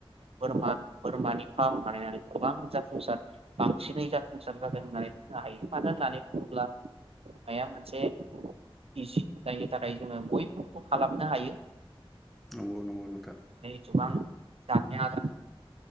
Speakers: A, on the right; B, in the centre.
A: बोरमा बोरमानि फार्म बानायनानै गोबां जाफुंसार बांसिनै जाफुंसार जादों होननानै बुंनो हायो मानो होननानै बुङोब्ला बोरमाया मोनसे इजि जायनि थाखाय जोंङो बयबो खालामनो हायो
B: नंगौ नंगौ नोंथां
A: गोबां जानाय आदार